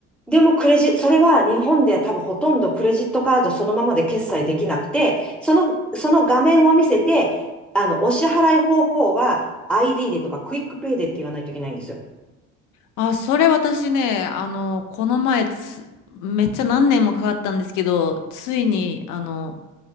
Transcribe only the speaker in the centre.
でもクレジ、それは日本では多分ほとんどクレジットカードそのままで決済できなくて、その、その画面を見せて、あの、お支払い方法は ID でとかクイックペイでって言わないといけないんですよ。